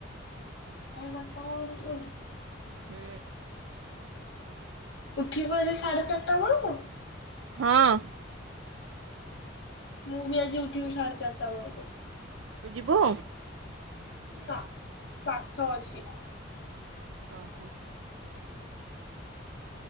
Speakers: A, on the left; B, on the right.
A: ନାଇଁ ବାରଟା ବଳକୁ ଶୋଇବୁ।
B: ହୁଁ।
A: ଉଠିବୁ ଆଜି ସାଢେ ଚାରିଟା ବଳୁକୁ।
B: ହଁ।
A: ମୁଁ ବି ଆଜି ଉଠିବି ସାଢ଼େ ଚାରିଟା ବଳକୁ।
B: ତୁ ଯିବୁ?
A: ହଁ ପାଠ ଅଛି।
B: ଓ ହୋ।